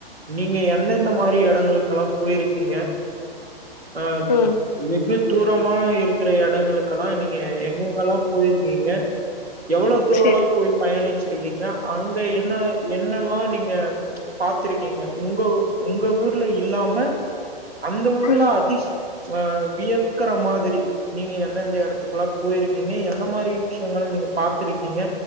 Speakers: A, on the right; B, on the left.
A: நீங்க எந்தெந்த மாரி எடங்களுக்கெல்லா போயிருக்கீங்க அ
B: ம்
A: வெகு தூரமா இருக்கிற எடங்களுக்கெல்லா நீங்க எங்கெங்கல்லா போயிருக்கீங்க எவ்ளோ தூர
B: சேரி
A: எல்லா போயி பயணிச்சிருக்கீங்க அங்க என்னா என்னல்லா நீங்க பாத்திருக்கீங்க உங்க உங்க ஊர்ல இல்லாம அந்த ஊர்ல
B: ம்
A: அதிஷ் ஆ வியக்குற மாதிரி நீங்க எந்தெந்த எடத்துக்கெல்லா போயிருக்கீங்க எந் எந்த மாரி விஷயங்கள நீங்க பாத்துருக்கீங்க